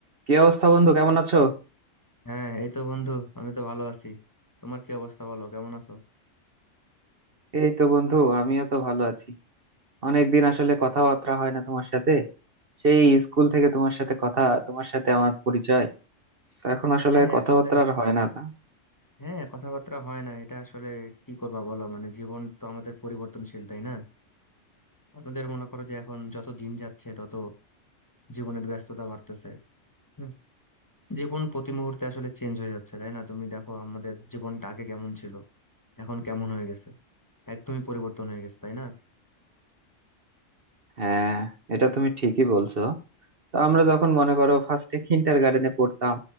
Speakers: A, on the right (about 50°); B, on the left (about 15°).
A: কি অবস্থা বন্ধু কেমন আছো
B: হ্যাঁ এই তো বন্ধু আমি তো ভালো আছি তোমার কি অবস্থা বলো কেমন আছো
A: এই তো বন্ধু আমিও তো ভালো আছি অনেকদিন আসলে কথাবার্তা হয় না তোমার সাথে সেই স্কুল থেকে
B: হ্যাঁ
A: তোমার সাথে কথা তোমার সাথে আমার পরিচয় তো এখন আসলে
B: হ্যাঁ,
A: কথাবার্তা
B: আসলে
A: আর হয় না তা
B: হ্যাঁ কথাবার্তা হয় না এটা আসলে কি করবা বলো মানে জীবন তো আমাদের পরিবর্তনশীল তাই না আমাদের মনে করো যে এখন যত দিন যাচ্ছে তত জীবনের ব্যস্ততা বাড়তেছে হুম, জীবন প্রতি মুহূর্তে আসলে চেঞ্জ হয়ে যাচ্ছে তাই না তুমি দেখো আমাদের জীবনটা আগে কেমন ছিল এখন কেমন হয়ে গেছে একদমই পরিবর্তন হয়ে গেছে তাই না
A: হ্যাঁ এটা তুমি ঠিকই বলছো তো আমরা যখন মনে করো ফার্স্টে কিন্ডার গার্ডেনে পড়তাম